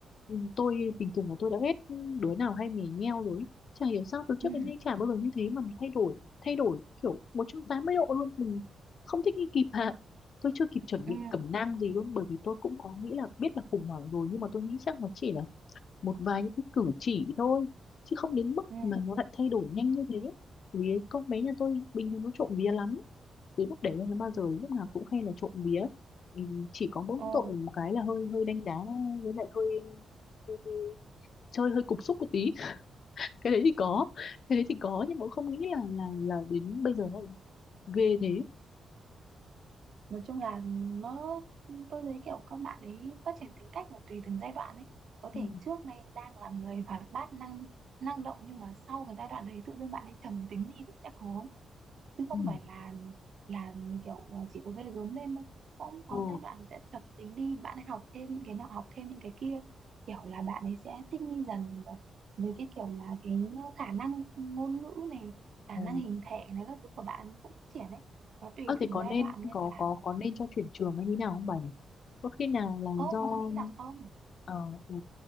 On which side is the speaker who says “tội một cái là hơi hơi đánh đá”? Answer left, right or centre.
Left